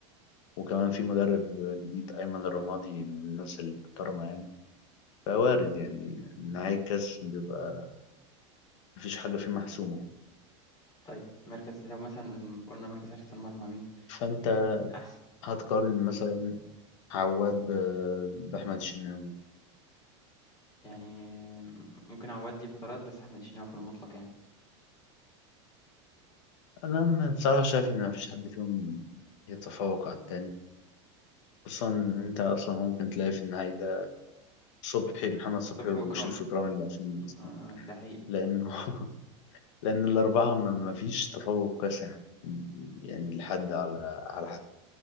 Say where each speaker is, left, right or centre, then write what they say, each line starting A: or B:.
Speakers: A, on the left (about 70°); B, on the left (about 25°).
A: وكمان في مدرب جديد أيمن الرمادي من الناس المحترمة يعني فوارد يعني نهاية الكاس بيبقى مفيش حاجة فيه محسومة يعني
B: طيب مركز لو مثلا قلنا مركز حارس المرمى مين
A: فأنت
B: مين احسن
A: هتقارن مثلا عواد ب- بأحمد الشناوي
B: يعني ممكن عواد ليه فترات بس احمد الشناوي في المطلق يعني
A: أنا م- بصراحة شايف إن مفيش حد فيهم يتفوق على التاني خصوصا إن أنت أصلا ممكن تلاقي في النهاية ده صبحي محمد صبحي
B: صبحي
A: وشريف
B: وإكرامي
A: إكرامي اللي واقفين أصلا
B: آه، ده حقيقي
A: لأنه <laughs> لأن الأربعة ما ما فيش تفوق كاسح يعني يعني لحد على على